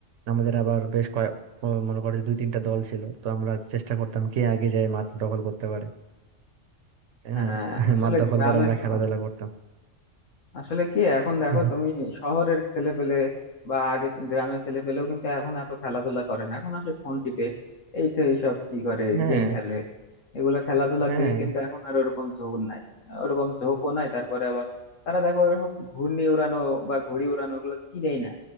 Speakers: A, on the right (about 75°); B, on the left (about 85°).
A: আমাদের আবার বেশ কয়েক ও মনে করো যে দুই তিনটা দল ছিল তো আমরা চেষ্টা করতাম কে আগে যায় মাঠ দখল করতে পারে তাই
B: হ্যাঁ
A: না <laughs>
B: আসলে
A: মাঠ দখল
B: গ্রামে
A: করে আমরা
B: তো
A: খেলাধুলা করতাম
B: আসলে কি এখন
A: <laughs>
B: দেখো তুমি শহরের ছেলে পেলে বা আগে গ্রামের ছেলে পেলেও কিন্তু এখন এত খেলাধুলা করে না এখন আসে ফোন টিপে এই তো এইসব কি করে
A: হ্যাঁ
B: গেম খেলে এগুলা খেলাধুলার
A: হ্যাঁ
B: দিকে কিন্তু এখন আর ওরকম ঝোঁক নাই ওরকম ঝোঁকও নাই তারপরে আবার তারা দেখো ওরকম ঘূর্ণি উড়ানো বা ঘুড়ি উড়ানো ওগুলো চিনেই না